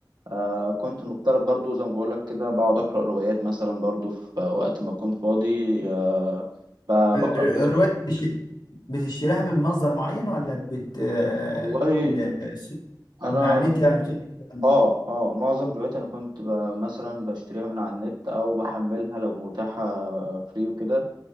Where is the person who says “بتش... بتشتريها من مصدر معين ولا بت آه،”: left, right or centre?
Left